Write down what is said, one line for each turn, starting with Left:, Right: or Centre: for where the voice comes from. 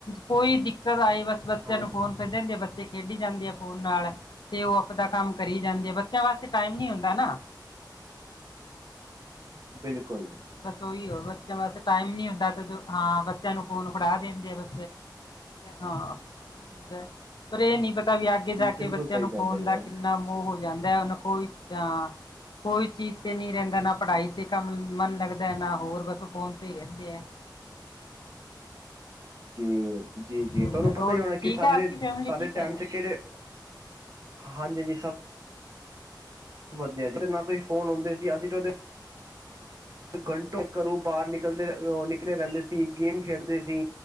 Left: ਕੋਈ ਦਿੱਕਤ ਆਈ ਬਸ ਬੱਚਿਆਂ
Right: ਹਾਂਜੀ
Left: ਨੂੰ ਫੋਨ ਫਿਰ ਦਿੰਦੇ ਆ, ਬੱਚੇ ਖੇਡੀ ਜਾਂਦੇ ਆ ਫੋਨ ਨਾਲ, ਤੇ ਉਹ ਆਪਦਾ ਕੰਮ ਕਰੀ ਜਾਂਦੇ ਆ ਬ ਬੱਚਿਆਂ ਵਾਸਤੇ ਟਾਈਮ ਨੀ ਹੁੰਦਾ ਨਾ।
Right: ਬਿਲਕੁਲ।
Left: ਬਸ ਉਹੀ ਹੋ ਬੱਚਿਆਂ ਵਾਸਤੇ ਟਾਈਮ ਨੀ ਹੁੰਦਾ ਹਾਂ ਬੱਚਿਆਂ ਨੂੰ ਫ਼ੋਨ ਪੜਾ ਦਿੰਦੇ ਆ ਬ ਹਾਂ ਉਹੀ ਹੁੰਦਾ ਪਰ ਇਹ ਨੀ ਪਤਾ ਤਾ ਵੀ ਅੱਗੇ ਜਾ
Right: ਬਿਲਕੁਲ
Left: ਕੇ ਬੱਚਿਆਂ
Right: ਸਹੀ
Left: ਨੂੰ
Right: ਗੱਲ
Left: ਫੋਨ
Right: ਦੇ
Left: ਦਾ
Right: ਰਹੇ ਹੋ
Left: ਕਿੰਨਾ ਮੋਹ ਹੋ ਜਾਂਦਾ ਐ ਉਹ ਨੂੰ ਕੋਈ ਹਾਂ, ਕੋਈ ਚੀਜ਼ ਤੇ ਨੀ ਰਹਿੰਦਾ ਨਾ ਪੜ੍ਹਾਈ ਤੇ ਕੰਮ ਮਨ ਲੱਗਦਾ ਨਾ ਹੋਰ ਬਸ ਫੋਨ ਤੇ ਹੀ ਰਹਿੰਦੇ ਹੈ।
Right: ਜੀ-ਜੀ-ਜੀ
Left: ਬਹੁਤ
Right: ਤੁਹਾਨੂੰ
Left: ਜ਼ਿਆਦਾ।
Right: ਪਤਾ
Left: ਹੋਰ
Right: ਹੀ ਹੋਣਾ
Left: ਠੀਕ
Right: ਕਿ ਸਾਡੇ-ਸਾਡੇ
Left: ਹੈ ਆਪਕੀ ਫੈਮਿਲੀ ਠੀਕ
Right: ਟੇਮ
Left: ਹੈ
Right: ਚ ਕਿਹੜੇ ਹਾਂਜੀ ਜਿ ਸਬ ਵਧੀਆ ਜੀ ਨਾ ਕੋਈ ਫੋਨ ਹੁੰਦੇ ਸੀ। ਅਸੀਂ ਤੇ ਉਹਦੇ ਘੰਟੋ ਘਰੋਂ ਬਾਹਰ ਨਿਕਲਦੇ ਅਹ ਨਿਕਲੇ ਰਹਿੰਦੇ ਸੀ। ਗੇਮ
Left: ਹਾਂਜੀ
Right: ਖੇਡਦੇ ਸੀ